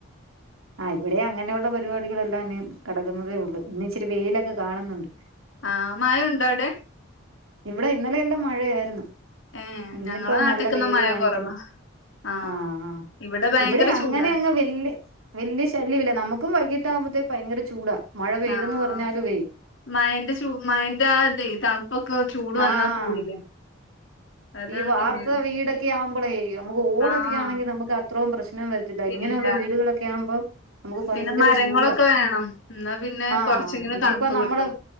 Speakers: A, on the right; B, on the left.
A: ആ ഇവിടേം അങ്ങനെള്ള പരിപാടികളെല്ലാം ഇനി കിടക്കുന്നതേ ഉള്ളൂ ഇന്ന് ഇച്ചിരി വെയിലൊക്കെ കാണുന്നുണ്ട്
B: ആ മഴഉണ്ടോ അവിടെ
A: ഇവിടെ ഇന്നലെല്ലാം മഴയാര്ന്ന്
B: ഏഹ്
A: ഇന്നിപ്പൊ
B: ഞങ്ങളെ നാട്ടിക്ക്ന്നാ
A: നല്ല വെയില്
B: മഴ
A: കാണിക്കുന്ന്
B: കൊറവാ ആഹ്
A: ആ ആ
B: ഭയങ്കര
A: ഇവിടെ അങ്ങനെ
B: ചൂടാ
A: അങ്ങ് വെല്യ വെല്യ ശല്യമില്ല നമുക്കും വൈകിട്ടാകുമ്പോത്തേക്കും ഭയങ്കര ചൂടാ മഴ പെയ്തെന്ന്
B: ആഹ്
A: പറഞ്ഞാലുവേ
B: മഴെന്റെ ചൂട് മഴെന്റെ ആ ഇതേ തണു പ്പൊക്കെ ചൂട് വന്നാ
A: ആഹ്
B: പോയില്ലേ അതാണ്
A: ഈ വാർത്ത
B: പിന്നെ
A: വീടൊക്കെയാവുമ്പൊ ളേ നമുക്ക് ഓടൊക്കെ
B: ആഹ്
A: ആണെങ്കി നമുക്ക് അത്രോം പ്രശ്നം വര ത്തില്ല
B: ഇല്ല
A: ഇങ്ങനെയുള്ള വീടുകളൊക്കെ ആകുമ്പോ നമുക്ക് ഭയങ്കര
B: പിന്നെ മരങ്ങളൊക്കെ
A: ചൂടാ
B: വേണം എന്നാ പിന്നെ
A: ആ
B: കൊറച്ചെങ്കിലും
A: ഇതിപ്പോ
B: തണുപ്പ്
A: നമ്മള്
B: കിട്ടും